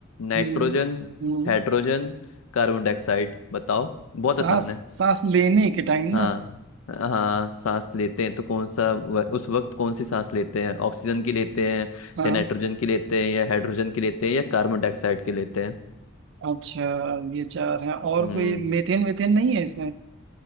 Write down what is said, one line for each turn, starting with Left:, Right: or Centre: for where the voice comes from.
Left: nitrogen
Right: हम्म हम्म।
Left: hydrogen carbon dioxide बताओ बहुत
Right: सांस
Left: आसान है
Right: सांस लेने के टाइम
Left: हाँ
Right: ना
Left: हाँ सांस लेते हैं तो कौन सा व- उस वक्त कौन सी सांस लेते हैं ऑक्सीजन की लेते हैं
Right: हाँ
Left: या नाइट्रोजन की लेते हैं या हाइड्रोजन की लेते हैं या कार्बन डाइऑक्साइड की लेते हैं
Right: अच्छा ये चार हैं और
Left: हम्म
Right: कोई मेथेन वेथेन नहीं है इसमें